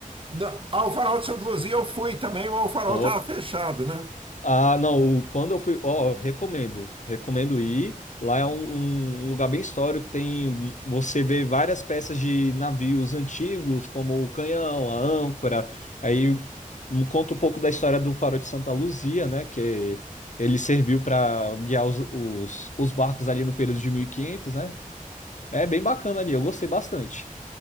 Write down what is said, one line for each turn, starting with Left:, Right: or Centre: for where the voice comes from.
Right: Não, ao Farol de Santa Luzia eu fui também, mas o farol
Left: Ó,
Right: estava fechado, né?
Left: Ah, não, o- quando eu fui, ó, recomendo, recomendo ir. Lá é um, um lugar bem histórico, tem, você vê várias peças de navios antigos, como o canhão, a âncora. Aí um- conta um pouco da história do Farol de Santa Luzia, né, que ele serviu para guiar os, os, os barcos ali no período de 1500, né? É bem bacana ali, eu gostei bastante.